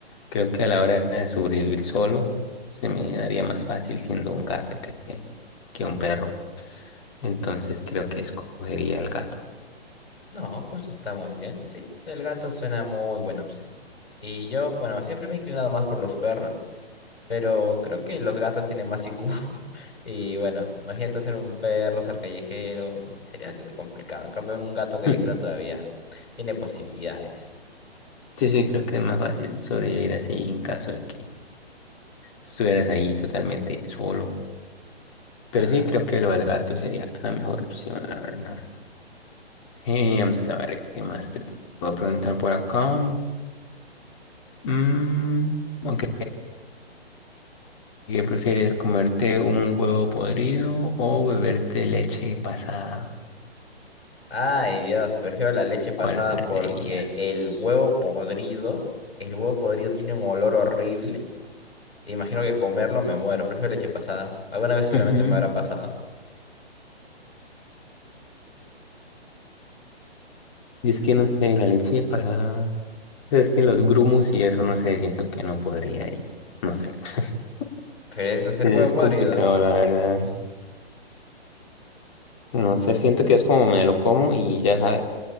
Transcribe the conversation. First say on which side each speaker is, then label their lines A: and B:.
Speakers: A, on the left; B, on the left.
A: creo que a la hora de sobrevivir solo, se me daría más fácil siendo un gato que, que un perro. Entonces creo que escogería el gato.
B: No, pues está muy bien. Sí, el gato suena muy buena opción. Y yo, bueno, siempre me he inclinado más por los perros, pero creo que los gatos tienen más IQ. <laughs> Y bueno, imagínate ser un perro, ser callejero, y sería que te complicado. En cambio, un gato callejero
A: <laughs>
B: todavía tiene posibilidades.
A: Sí, sí, creo que es más fácil sobrevivir así en caso de que estuvieras ahí totalmente solo. Pero
B: Claro.
A: sí, creo que lo del gato sería la mejor opción, la verdad. Eh, vamos a ver qué más te puedo preguntar por acá. Mm, ok, ¿qué prefieres? ¿Comerte un huevo podrido o beberte leche pasada?
B: Ay, Dios, prefiero la leche pasada
A: ¿Cuál preferirías?
B: porque el huevo podrido, el huevo podrido tiene un olor horrible. Imagino que comerlo me muero. Prefiero leche pasada. Alguna vez seguramente
A: Ujú.
B: me habrá pasado.
A: Y es que no sé, la leche pasada. Es que los grumos y eso, no sé, siento que no podría y no sé. <laughs>
B: ¿Prefieres ser
A: Es
B: huevo podrido?
A: complicado, la verdad. No sé, siento que es como me lo como y ya sabe,